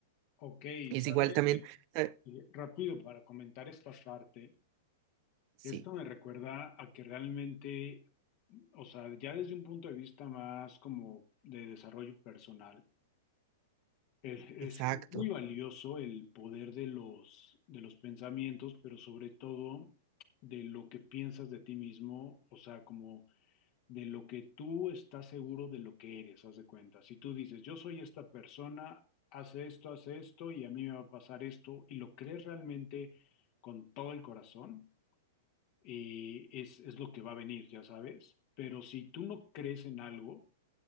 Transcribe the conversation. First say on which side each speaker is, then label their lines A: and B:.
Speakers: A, on the left; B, on the right.
A: Ok,
B: Y
A: ¿sabe?
B: es igual también,
A: Eh,
B: eh,
A: eh, Rápido para comentar esta parte.
B: sí,
A: Esto me recuerda a que realmente, o sea, ya desde un punto de vista más como de desarrollo personal, es, es-
B: exacto,
A: es muy valioso el poder de los, de los pensamientos, pero sobre todo de lo que piensas de ti mismo, o sea, como de lo que tú estás seguro de lo que eres, haz de cuenta. Si tú dices, yo soy esta persona, hace esto, hace esto, y a mí me va a pasar esto, y lo crees realmente con todo el corazón eh, es, es lo que va a venir, ya sabes. Pero si tú no crees en algo